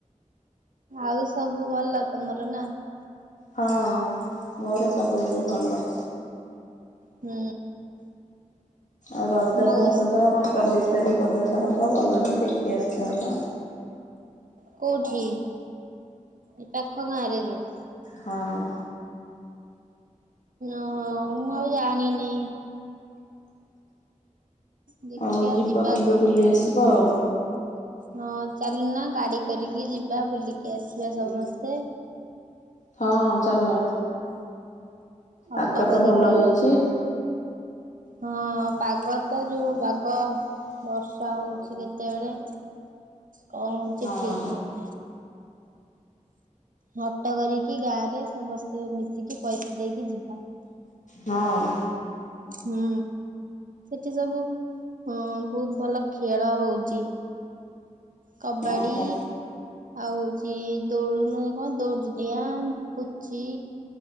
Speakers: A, on the right (about 80°); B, on the left (about 65°).
A: ଆଉ ସବୁ ଭଲ ତମର ନା।
B: ହଁ ମୋର ସବୁ ଏବେ ଭଲ।
A: ହୁଁ।
B: ଆଉ ରଜ
A: ଆମ
B: ମହୋତ୍ସବ
A: ଓସ୍
B: ତ କଣ ଚବିଶ ତାରିଖ ପର୍ଯ୍ୟନ୍ତ ହବ ଗଲନି ଦେଖି ଆସିଥାନ୍ତ।
A: କୋଉଠି ଏ ପାଖ ଗାଁ ରେ ଯୋଉ।
B: ହଁ
A: ଓହୋ ମୁଁ ଆଉ ଜାଣିନି। ଦେଖିବା
B: ହଉ ଯିବ
A: ଯିବା
B: କେବେ
A: କୋଉଦିନ।
B: ବୁଲି ଆସିବ ଆଉ
A: ହଁ ଚାଲ ନା ଗାଡି କରିକି ଯିବା ବୁଲିକି ଆସିବା ସମସ୍ତେ।
B: ହଁ ଚାଲ
A: ଅଟୋ
B: ଆଗ
A: କରିକି
B: ତ ଭଲ ହେଇଛି।
A: ହଁ ପାଗ ତ ଯୋଉ ବାଘ ବର୍ଷା ହଉଛି କେତେବେଳେ କଣ ହଉଛି
B: ହଁ
A: ଠିକ ହଉନାହିଁ। ହଟ କରିକି ଗାଁରେ ସମସ୍ତେ ମିଶିକି ପଇସା ଦେଇକି ଯିବା।
B: ହଁ ହଁ।
A: ହୁଁ ସେଠି ସବୁ ହଁ ବହୁତ ଭଲ ଖେଳ ହଉଛି। କବାଡ଼ି।
B: ଓହୋ
A: ଆଉ ହଉଛି ଦୌଡ଼ ଦୌଡିଡିଆଁ ପୁଚି